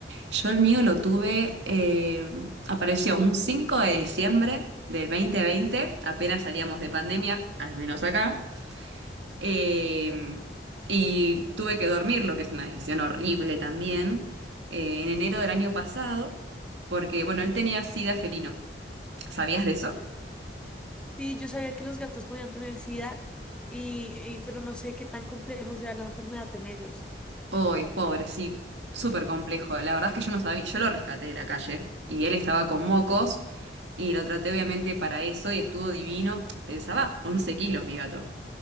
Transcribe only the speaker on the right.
Yo el mío lo tuve, eh, apareció un 5 de diciembre del dos mil veinte apenas salíamos de pandemia, al menos acá. Eh, y tuve que dormirlo, que es una decisión horrible también, eh, en enero del año pasado, porque, bueno, él tenía sida felino. ¿Sabías de eso?
Uy, pobre, sí, súper complejo. La verdad es que yo no sabía, yo lo rescaté de la calle y él estaba con mocos y lo traté obviamente para eso y estuvo divino. Pensaba 11 kilos mi gato.